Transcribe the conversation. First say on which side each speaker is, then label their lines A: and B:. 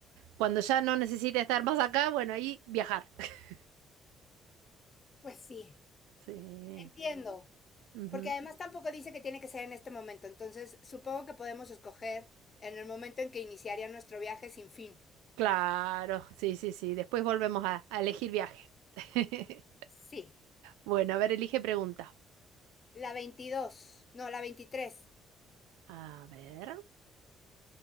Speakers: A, on the right (about 80°); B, on the left (about 40°).
A: cuando ya no necesite estar más acá, bueno, ahí viajar. <laughs>
B: Pues sí,
A: Sí.
B: entiendo.
A: ujú.
B: Porque además tampoco dice que tiene que ser en este momento, entonces supongo que podemos escoger en el momento en que iniciaría nuestro viaje sin fin.
A: Claro, sí, sí, sí. Después volvemos a, a elegir viaje. <laughs>
B: Sí.
A: Bueno, a ver, elige pregunta.
B: La 22, no, la veintitrés.
A: A ver.